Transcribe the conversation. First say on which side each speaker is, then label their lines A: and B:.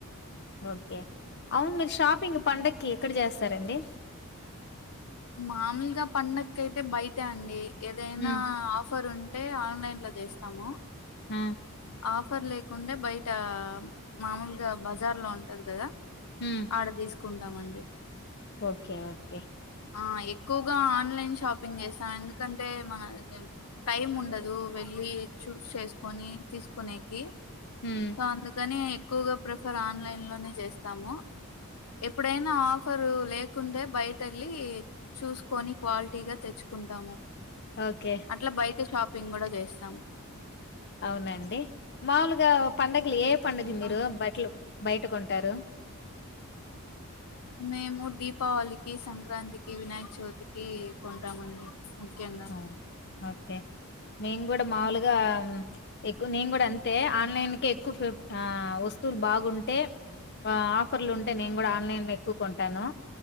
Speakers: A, on the left; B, on the left.
A: ఓకే అవును మీరు షాపింగ్ పండక్కి ఎక్కడ చేస్తారండి
B: మామూలుగా పండక్కి అయితే బయటే అండి ఏదైనా
A: ఉమ్
B: ఆఫర్ ఉన్ అంటే ఆన్లైన్ లో చేస్తాము
A: హ
B: ఆఫర్ లేకుంటే బయట మామూలుగా బజార్ లో ఉంటది కదా
A: ఉమ్
B: అడ తీసుకు కొంటామండి
A: ఓకే ఓకే
B: ఆ ఎక్కువగా ఆన్లైన్ షాపింగ్ చేసాను ఎందుకంటే మన టైం ఉండదు వెళ్ళి చూస్ చేసుకొని తీసుకునేకి
A: ఉమ్
B: సో అందుకని ఎక్కువగా ప్రిఫర్ ఆన్లైన్ లోనే చేస్తాము ఎప్పుడైనా ఆఫరు లేకుంటే బయట వెళ్ళి చూసుకొని క్వాలిటీగా తెచ్చుకుంటాము
A: ఓకే
B: అట్లా బయట షాప్ పింగ్ కూడా చేస్తాం
A: అవునండి మాములుగా పండడుగలు ఏవ్ పండుగకి మీరు
B: ఆ
A: బట్టలు బయట కొంటారు
B: మేము దీపావళికి, సంక్రాంతికి, వినాయక చవితికి కొంటామండి ముఖ్యంగా
A: ఆ ఓకే మేము కూడా మాముూలుగా ఎక్కువ నేను కూడా అంతే ఆన్లైన్క్ ఎక్కువ వస్తువులు బాగుంటే ఆఫర్లు ఉంటా అందుకే నేను కూడా ఆన్లై ఎక్కుకొంటాను